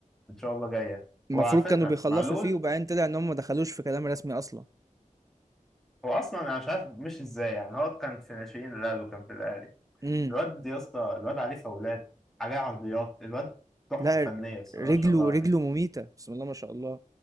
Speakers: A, in the centre; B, on the right (about 25°).
A: ان شاء الله جايه
B: المفروض
A: وعلى فكره
B: كانوا بيخلصوا
A: معلول
B: فيه وبعدين طلع ان هم ما دخلوش في كلام رسمي اصلا
A: هو اصلا انا مش عارف مش ازاي يعني هو كان في ناشئين الاهلي وكان في الاهلي
B: امم
A: الواد يا اسطى الواد عليه فاولات عليه عرضيات الواد تحفة
B: لا
A: فنية
B: ر-
A: الصراحة
B: رجله
A: ما شاء الله عليه
B: رجله مميتة بسم الله ما شاء الله